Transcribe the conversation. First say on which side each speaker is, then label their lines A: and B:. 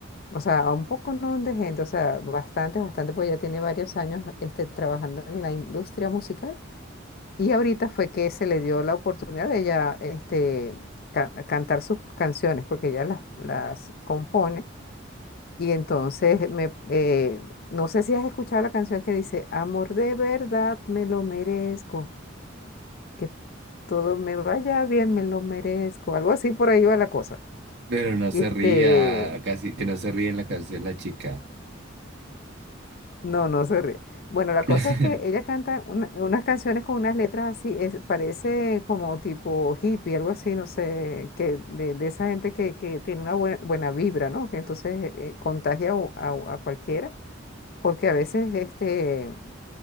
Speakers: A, on the left; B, on the right.
A: o sea, a un poco ¿no? de gente, o sea, bastante, bastante, porque ella tiene varios años este, trabajando en la industria musical y ahorita fue que se le dio la oportunidad de ella este, ca- cantar sus canciones, porque ella las, las compone y entonces me, eh, no sé si has escuchado la canción que dice, Amor de verdad me lo merezco, que todo me vaya bien me lo merezco, algo así por ahí va la cosa.
B: Pero no se
A: Y este,
B: ría, casi que no se ríe en la canción la chica.
A: no, no se ríe. Bueno, la cosa
B: <laughs>
A: es que ella canta una- unas canciones con unas letras así, es, parece como tipo hippie, algo así, no sé, que de, de esa gente que, que tiene una buena, buena vibra, ¿no? Que entonces eh, eh, contagia a a- a cualquiera porque a veces este,